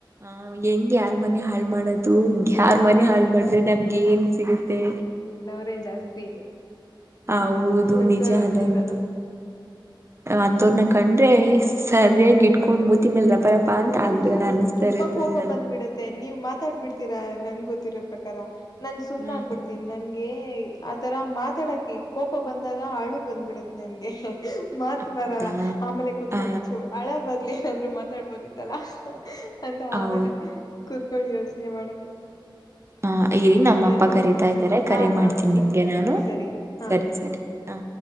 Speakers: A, on the right; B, on the left.
A: ಆ ಹೆಂಗ್ ಯಾರ್ ಮನೆ ಹಾಳ್ ಮಾಡೋದು ಯಾರ್
B: ಹಾ
A: ಮನೆ ಹಾಳ ಮಾಡಿದ್ರೆ ನಮ್ಗೆ ಏನ್ ಸಿಗುತ್ತೆ?
B: ರೆ ಜಾಸ್ತಿ
A: ಹೌದು
B: ಉಳ್ಸೋವರ್ಗಿಂತ
A: ನಿಜ ಅದಂತು. ಅಂತವ್ರನ ಕಂಡ್ರೆ ಸರಿಯಾಗಿ ಇಟ್ಕೊಂಡ್ ಮೂತಿಮೇಲೆ ರಪ್ಪಾ ರಪ್ಪ
B: ಹೌದು
A: ಅಂತ ಆಕ್ಬಿಡೊಣ ಅನ್ಸಸ್ತ
B: ತುಂಬಾ
A: ಇರುತ್ತದೆ.
B: ಕೋಪ ಬಂದ್ಬಿಡತ್ತೆ ನೀವ್ ಮಾತಾಡ್ಬಿಡ್ತೀರಾ ನನ್ ಗೊತ್ತಿರೋ ಪ್ರಕಾರ. ನಾನ್
A: ಹ್ಮ್
B: ಸುಮ್ನೆ ಆಗ್ಬಿಡ್ತೀನ್ ನನ್ ಏ ಆತರ ಮಾತಾಡಾಕಿ ಕೋಪ ಬಂದಾಗ ಅಳು ಬಂದ್ಬಿಡತ್ ನನ್ಗೆ. ಮತ್
A: ಹೌದಾ
B: ಬರಲ್ಲ ಆಮೇಲೆ ಕುೂತ್ಕೊಂಡು
A: ಆ
B: ಹಳ ಬದ್ಲು ಏನಾದ್ರು ಮಾತಾಡ್ಬೋದಿತ್ತಲ್ಲಾ. ಅಂತ
A: ಹೌ
B: ಆಮೇಲೆ. ಕುೂತ್ಕೊಳಿ ಯೋಚನೆ ಮಾಡೋದು.
A: ಹಾ ಇರಿ ನಮ್ಮ
B: ಸರಿ
A: ಅಪ್ಪ ಕರೀತಾ ಇದ್ದಾರೆ ಕರೆ
B: ಹ ಹಾ
A: ಮಾಡ್ತೀನಿ
B: ಸರಿ
A: ನಿಮ್ಗೆ ನಾನು
B: ಸರಿ ಸರಿ ಹಾ
A: ಸರಿ ಸರಿ ಆ.